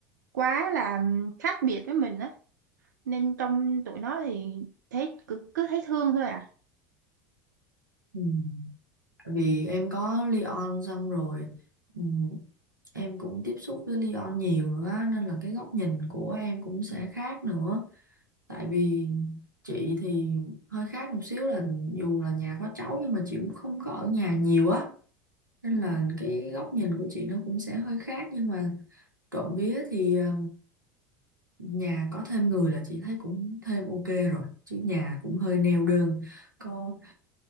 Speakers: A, on the right; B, on the right.
A: quá là khác biệt với mình á nên trong tụi nó thì thấy cứ, cứ thấy thương thôi à
B: Ừ. Tại Vì em có Leon xong rồi ừ, em cũng tiếp xúc với Leon nhiều nữa á, nên là cái góc nhìn của em cũng sẽ khác nữa. Tại vì chị thì hơi khác một xíu là dù là nhà có cháu nhưng mà chị cũng không có ở nhà nhiều á. Nên
A: ừ,
B: là cái góc nhìn của chị nó cũng sẽ hơi khác nhưng mà trộm vía thì ờ, nhà có thêm người là chị thấy cũng thêm ok rồi chứ nhà cũng hơi neo đơn có